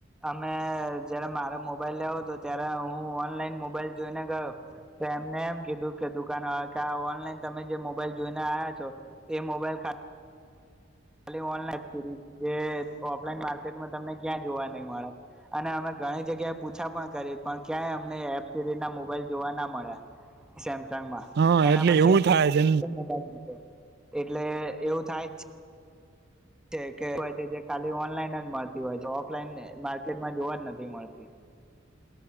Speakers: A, in the centre; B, on the right.
A: અમે જયારે મારે મોબાઈલ લેવો હતો ત્યારે હું ઓનલાઈન મોબ મોબાઈલ જોઈને ગયો. તો એમને એમ કીધું કે દુકાન વાળા કે આ ઓનલાઈન તમે જે મોબાઈલ જોઈને આવ્યા છો એ મોબાઈલ ખા ખાલી ઓનલાન એ સિરીઝ જે ઓફલાઈન માર્કેટમાં તમને ક્યાં જોવા નહી મળે અને અમે ઘણી જગ્યાએ પૂછા પણ કરી, પણ ક્યાંય અમને એપ સિરીઝ ના મોબાઈલ જોવા ના મળ્યા. ગામમાં
B: હા
A: એના
B: એટલે
A: પછી
B: એવું
A: <unintelligible>
B: થાય છે
A: એટલે એવું થાય જ. પછી જે ખાલી ઓનલાઈન જ મળતી હોય છે, ઓફલાઈન માર્કેટમાં જોવા જ નથી મળતી.